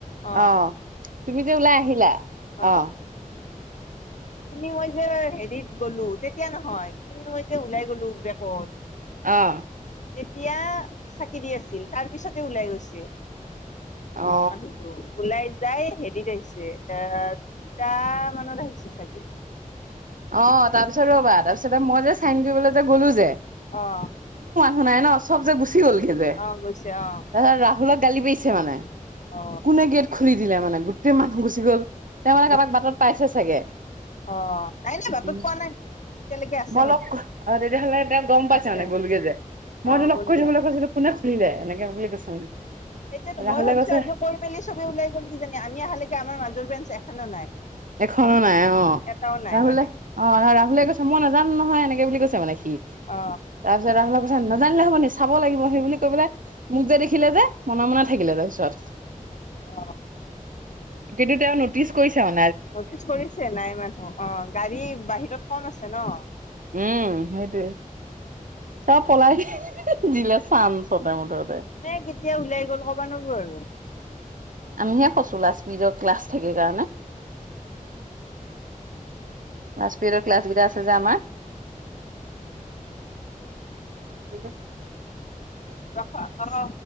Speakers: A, on the left; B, on the right.
A: অ
B: অহ তুমি যে ওলাই আহিলা
A: অ
B: অহ
A: তুমি মই যে হেৰিত গ'লো তেতিয়া নহয় তুমি মই যে ওলাই গলো বেকত
B: অহ
A: তেতিয়া চাকি দি আছিল তাৰ পিছতে ওলাই গৈছে
B: অ
A: আমি ওলাই যায় হেৰিত আহিছে এ টা মানত আহিছে চাগে
B: অ তাৰপিছত ৰবা তাৰপিছতে মই যে চাইন কৰিবলৈ যে গ'লো যে
A: অ
B: শুনাই ন চব যে গুচি গ'লগে যে
A: অ গৈছে অ
B: তাৰপিছত ৰাহুলক গালি পাৰিছে মানে
A: অ
B: কোনে গেট খুলি দিলে মানে গোটেই মানুহ গুচি গ'ল তেওঁ
A: অ
B: মানে কাৰোবাক বাটত পাইছে চাগে
A: অ নাই নাই বাটত
B: উ
A: পোৱা নাই তেতিয়ালৈকে আছে
B: মই
A: মানুহ
B: লগ তেতিয়াহ'লে এ গম পাইছে
A: আছে
B: মানে গ'লগে যে মইতো
A: অ
B: লগ
A: গ'লগে
B: কৰি থবলৈ কৈছিলো কোনে খুলিলে এনেকে বুলি কৈছে মানে
A: তেতিয়ো
B: ৰাহুলে
A: মই ভাবিছো
B: কৈছে
A: আৰু কৰি মেলি চবে ওলাই গ'ল কি জানি আমি আহালৈকে আমাৰ মাজৰ বেঞ্চ এখনো নাই
B: এখনো নাই অ
A: এটাও নাই
B: ৰাহুলে
A: মানে
B: অ ৰাহুলে কৈছে মই নাজানো নহয় এনেকে বুলি কৈছে মানে তাৰপিছত
A: অ
B: ৰা নাজানিলে হ'ব নি চাব লাগিব সেই বুলি কৈ পেলাই মোক যে দেখিলে যে মনে মনে থাকিলে তাৰপিছত
A: অ
B: কিন্তু তেওঁ নটিচ কৰিছে অ
A: নটিচ কৰিছে নাই মানুহ অ গাড়ী বাহিৰত কম আছে ন
B: উম সেইটোৱে চব পলাই দিলে চান চতে মুঠত
A: এ কেতিয়া ওলাই গ'ল কবা নবো আৰু
B: আমিহে কৈছো লাজ্মিতৰ ক্লাছ থাকে কাৰণে লাষ্ট পিৰিয়ডৰ ক্লাছ কেইটা আছে যে আমাৰ <inaudible>
A: গম পাইছ ন?